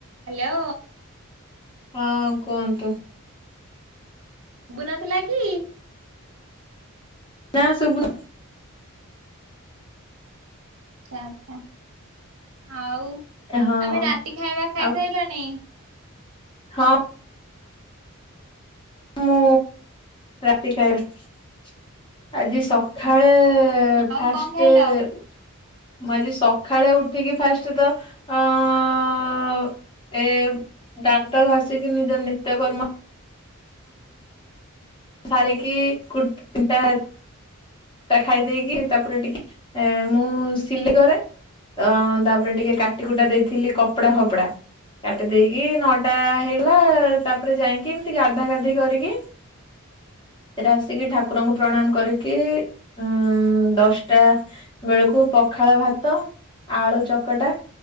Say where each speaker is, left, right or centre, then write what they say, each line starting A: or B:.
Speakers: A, on the right (about 80°); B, on the left (about 25°).
A: Hello.
B: ହଁ କୁହନ୍ତୁ?
A: ଶୁବୁନଥିଲା କି?
B: ନାଁ ସୁବୁନଥ୍
A: ଆଛା। ଆଉ
B: ହଁ
A: ତମେ ରାତି ଖାଇବା ଖାଇ
B: ଆଉ
A: ସାଇଲଣି?
B: ହଁ। ମୁଁ ରାତି ଖାଇବା ଆଜି ସଖାଳେ ଏ
A: ଆଉ
B: ଫାଷ୍ଟେ
A: କଣ ଖାଇଲ?
B: ଉଁ ମୁଁ ଆଜି ସଖାଳେ ଉଠିକି ଫାଷ୍ଟେତ ଅ- ଏ ଦାନ୍ତ ଘସିକି ନିଜ ନିତ୍ୟକର୍ମ- ସାରକି କୁଟ ଟା ତା ଖାଇ ଦେଇକି ତାପରେ ଟିକେ ଏ ମୁଁ ସିଲି କରେ। ତ ତାପରେ ଟିକେ କାଟି କୁଟା ଦେଇଥିଲି କପଡା ଫପଡା। କାଟି ଦେଇକି ନଅଟା ହେଇଗଲା ତାପରେ ଯାଇକି ଏମିତି ଗାଧା ଗାଧି କରିକି-
A: <inaudible>
B: ଆସିକି ଠାକୁରଙ୍କୁ ପ୍ରଣାମ କରିକି-
A: <inaudible>
B: ଉଁ ଦଶଟା ବେଳକୁ ପଖାଳ ଭାତ ଆଳୁ ଚକଟା-